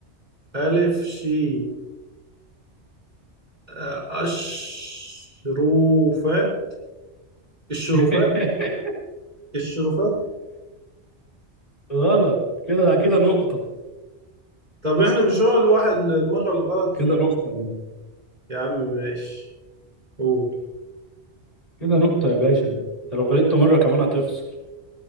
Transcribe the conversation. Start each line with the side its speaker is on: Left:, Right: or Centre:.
Right: ألف شين آه، أشروفات الشروفات
Left: <laughs>
Right: الشروفات
Left: غلط كده كده نقطة
Right: طب احنا مش هو الواحد المرة الغلط
Left: كده
Right: في-
Left: نقطة يا باشا
Right: يا عم ماشي قول
Left: كده نقطة يا باشا انت لو غلطت مرة كمان هتخسر